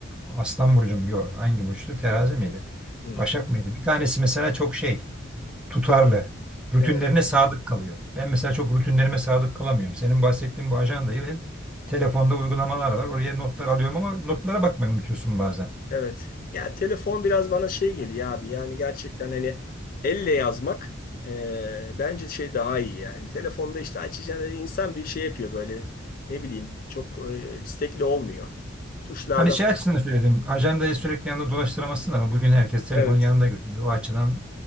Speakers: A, in the centre; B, on the left.
A: Aslan burcu mu? Yok. Hangi burçtu? Terazi miydi?
B: Hmm,
A: Başak mıydı? Bir tanesi mesela çok şey tutarlı. Rutinlerine
B: Evet,
A: sadık kalıyor. Ben mesela çok rutinlerime sadık kalamıyorum. Senin bahsettiğin bu ajandayı ben telefonda uygulamalar var. Oraya notlar alıyorum ama notlara bakmayı unutuyorsun bazen.
B: evet. Ya telefon biraz bana şey geliyor abi. Yani gerçekten hani elle yazmak eee, bence şey daha iyi yani. Telefonda işte açacağına insan bir şey yapıyor böyle ne bileyim çok eee, istekli olmuyor. Tuşlardan
A: Hani şey açısından söyledim. Ajandayı sürekli yanında dolaştıramazsın ama bugün herkes telefonu
B: Evet.
A: yanında götürüyor. O açıdan